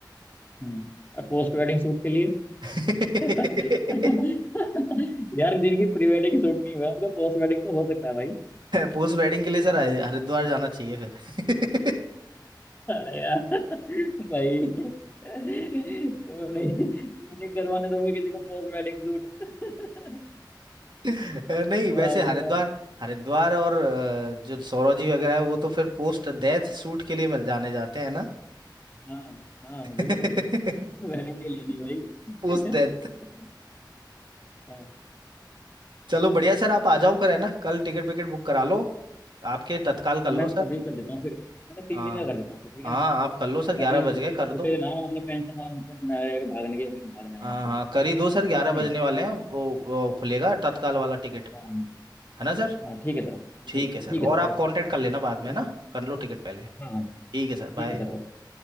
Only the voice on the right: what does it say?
<laughs>
पोस्ट वेडिंग के लिए सर हरिद्वार जाना चाहिए फिर
<laughs> नहीं वैसे
हरिद्वार
हरिद्वार और अ, जो सौरव जी वगैरह है वो तो फिर पोस्ट डेथ शूट के लिए जाने जाते हैं ना
<laughs>
Post death
चलो बढ़िया सर आप आ जाओ फिर है ना कल टिकट विकेट बुक करा लो आपके तत्काल कर
लो
सर
हाँ
हाँ
आप कर लो सर ग्यारह
बज गए
कर
दो
हाँ
हाँ कर ही दो सर
ग्यारह बजने
वाले हैं वो, वो खुलेगा तत्काल वाला टिकट
है ना सर
ठीक
है सर
और आप
कांटेक्ट कर लेना बाद में
ना कर लो टिकट पहले
ठीक है सर
बाय